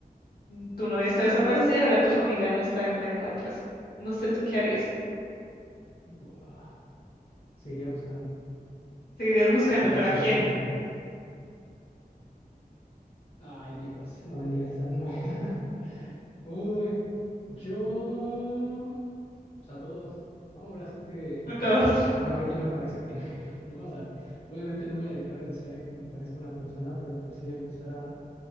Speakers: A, on the left; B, on the left.
A: mm, Tu novia está desaparecida, ahora tu familia no está y no la encuentras. No sé tú qué harías.
B: Buah. Seguiría buscando.
A: Seguirías buscando,
B: O sea,
A: pero
B: sí.
A: ¿a quién?
B: Ay, Dios, no me digas esa. no me- <laughs> Uy, yo. Pues a todos, ¿no? Ahora sí que.
A: A todos.
B: a ver quién aparece primero, <laughs> ¿no? O sea, obviamente no voy a dejar de buscar en cuanto aparezca una persona, pero pues sí empezar a,